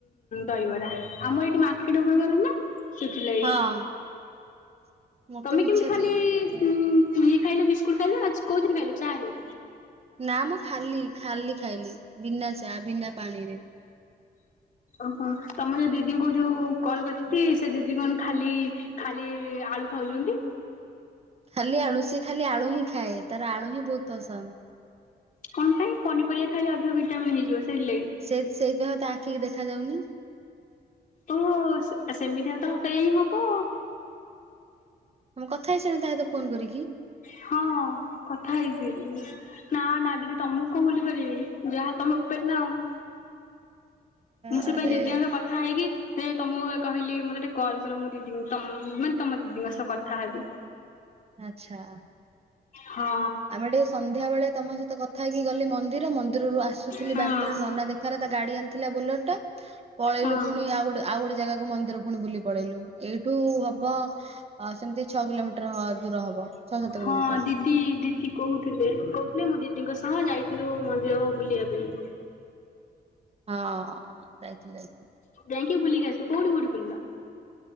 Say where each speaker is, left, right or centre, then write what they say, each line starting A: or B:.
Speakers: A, on the left; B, on the right.
A: ଦହିବରା ଆମର ଏଇଠି ମାର୍କେଟ ଉପରେ ଘର ନା। ଶୁଖିଲାଇ।
B: ହଁ ମତେ
A: ତମେ
B: ବି
A: କେମିତି
B: ଇଚ୍ଛା
A: ଖାଲି
B: ଥିଲା ଖାଇବା
A: ଇଏ
B: ପାଇଁ
A: ଖାଇଲ ବିସ୍କୁଟ ଖାଇଲ ଆ କୋଉଥିରେ ଖାଇଲ ଚା ରେ।
B: ନା ମୁଁ ଖାଲି ଖାଲି ଖାଇଲି ବିନା ଚା ବିନା ପାଣିରେ।
A: ଓହୋ ତମ ଯୋଉ ଦିଦିଙ୍କୁ ଯୋଉ କଲ କରିଥିଲ ସେ ଦିଦି କଣ ଖାଲି। ଖାଲି ଆଳୁ ଖାଉଛନ୍ତି।
B: ଖାଲି ଆଳୁ ସିଏ ଖାଲି ଆଳୁ ହିଁ ଖାଏ ତାର ଆଳୁ ହିଁ ବହୁତ ପସନ୍ଦ।
A: କଣ ପାଇଁ ପନିପରିବା ଖାଇଲେ ଅଧିକ ଭିଟାମିନ ହେଇଯିବ ସେଇଥିଲାଗି।
B: ସେଇ ସେଇଥି ପାଇଁ ତ ଆଖି ଦେଖା ଯାଉନି।
A: ଓହ ସେମିତି ହେଲେ ତ ସେୟା ହିଁ ହବ।
B: ତମେ କଥା ହେଇ ସାର ତାେତ ଫୋନ କରିବକି
A: ହଁ କଥା ହେଇଛି। ନା ନା ଦିଦି ତମକୁ କଣ ଭୁଲି ପାରିବି ଯାହାହେଲେ ତମେ ଉପେରେ ନା ଆଉ। ମୁଁ ସେ
B: ଆରେ
A: ପାଇଁ ଦିଦିଙ୍କ ସହ କଥା ହେଇକି ସେ ତମକୁ କହିଲି ମୋତେ ଟେ କଲ୍ କର ମୁ ଦିଦିଙ୍କୁ ମାନେ - ତମ ଦିଦିଙ୍କ ସହ କଥା ହେବି।
B: ଆଛା।
A: ହଁ।
B: ଆମେ ଟିକେ ସନ୍ଧ୍ୟାବେଳେ ତମ ସହିତ କଥା ହେଇକି ଗଲି ମ - ମନ୍ଦିର ମନ୍ଦିରରୁୁ ଆସୁଥିଲି
A: ହଁ
B: ବାଟରେ ନନା ଦେଖାହେଲା ତା ଗାଡି ଆଣିଥିଲା ବୋଲେର ଟା - ପଳେଇଲୁ
A: ହଁ।
B: ପୁଣି ଆଉ ଗୋଟେ ଆଉ ଗୋଟେ ଜାଗାକୁ ମନ୍ଦିର ପୁଣି ବୁଲି ପଳେଇଲୁ। ଏଇଠୁ ହବ ସେମିତି ଛଅ କିଲୋମିଟର ଦୂର ହବ ଛଅ ସାତ
A: ହଁ
B: କିଲୋମିଟର।
A: ଦିଦି ଦିଦି କହୁଥିଲେ କହୁଥିଲେ ମୁଁ ଦିଦିଙ୍କ ସହ ଯାଇଥିଲୁ ମନ୍ଦିର ବୁଲିବା ପାଇଁ।
B: ହଁ ଯାଇଥିଲେ।
A: ଯାଇଁ କି ବୁିଲିକି ଆସିଲୁ କଉଠି ବୁଲୁଥିଲୁ ଲ?